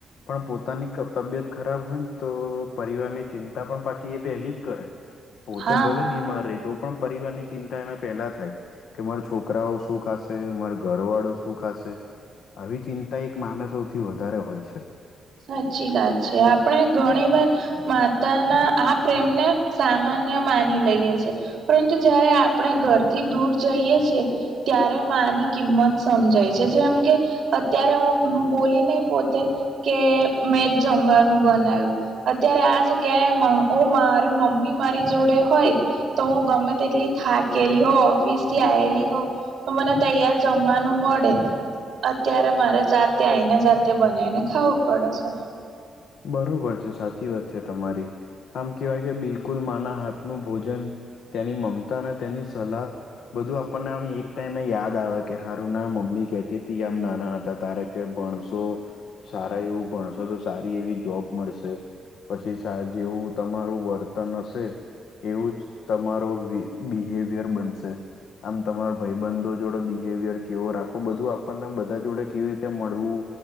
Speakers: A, on the left; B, on the right.
A: પણ પોતાની તબિયત ખરાબ હોય ને તો પરિવારની ચિંતા પણ પાછી એ પેલી જ કરે પોતે
B: હા
A: ભલે બીમાર રહી તો પણ પરિવારની ચિંતા એમે પેલા થાય કે મારા છોકરાઓ શું ખાશે મારા ઘર વાળો શું ખાશે આવી ચિંતા એક માનસોથી વધારે હોય છે
B: સાચી વાત છે આપણે ઘણી વાર માતા ના આ પ્રેમને સામાન્ય માની લઈએ છે પરંતુ જયારે આપણે ઘરથી દૂર જઈએ છીએ ત્યારે માની કિંમત સમજાય છે જેમ કે અત્યારે હું બોલીને પોતે કે મેં જમવાનું બનાવ્યું અત્યારે આ જગ્યાએ ઓ મારી મમ્મી મારી જોડે હોય તો હું ગમે તેટલી થાકેલી હોઉ ઓફિસ થી આવેલી હો તો મને તૈયાર જમવાનું મળે અત્યારે મારે જાતે આઈને જાતે બનાને ખાવું પડે છે
A: બરોબર છે સાચી વાત છે તમારી આમ કહેવાય કે બિલકુલ માના હાથનું ભોજન તેની મમતા અને તેની સલાહ બધું આપણને આમ એક ટાઈમે યાદ આવે કે હારુ ના મમ્મી કહેતી તી આમ નાના હતા તારેક કે ભણશો, સારા એવું ભણશો તો સારી એવી જોબ મળશે. પછી જેવું તમારું વર્તન હશે એવું જ તમારો બિહેવિયર બનશે. આમ તમારો ભાઈબંધો જોડે બિહેવિયર કેવો રાખવું બધું આપણને બધા જોડે કેવી રીતે મળવું